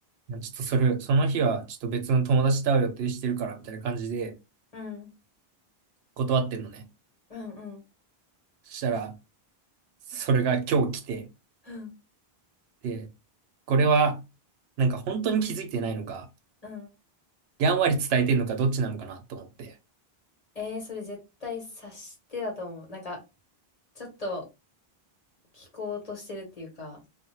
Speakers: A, on the right (about 80°); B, on the left (about 40°).
A: まあちょっとそれ、その日はちょっと別の友達と会う予定してるからみたいな感じで
B: うん
A: 断ってんのね。
B: うんうん
A: そしたら、それが今日来て、
B: うん
A: で、これは、なんか本当に気づいてないのか、
B: うん
A: やんわり伝えてんのかどっちなのかなと思って。
B: えー、それ絶対察してだと思う。なんか、ちょっと聞こうとしてるっていうか、